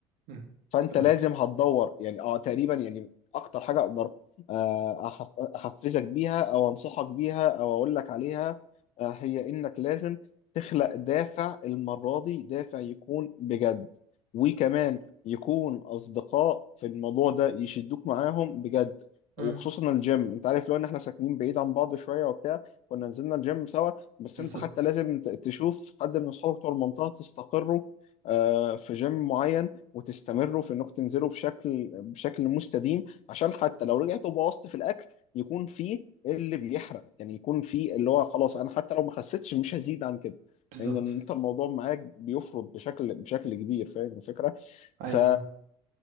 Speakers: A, on the right (about 70°); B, on the left (about 55°).
A: مم.
B: فانت
A: إرادة
B: لازم هتدور يعني اه تقريبا يعني اكتر حاجه اقدر آه، أحف- احفزك بيها او انصحك بيها او اقول لك عليها آه، هي انك لازم تخلق دافع المره دي دافع يكون بجد وكمان يكون اصدقاء في الموضوع ده يشدوك معاهم بجد وخصوصا
A: مم.
B: الجيم انت عارف لو ان احنا ساكنين بعيد عن بعض شويه وبتاع كنا نزلنا الجيم سوا بس
A: بالظبط
B: انت حتى لازم ت- تشوف حد من اصحابك بتوع المنطقه تستقروا آه، في جيم معين وتستمروا في انكم تنزلوا بشكل بشكل مستديم عشان حتى لو رجعتوا بوظت في الاكل يكون فيه اللي بيحرق يعني يكون فيه اللي هو خلاص انا حتى لو ما خسيتش مش هزيد عن كده
A: بالظبط
B: لان يعني انت الموضوع معاك بيفرض بشكل بشكل كبير فاهم الفكره ف
A: ايوه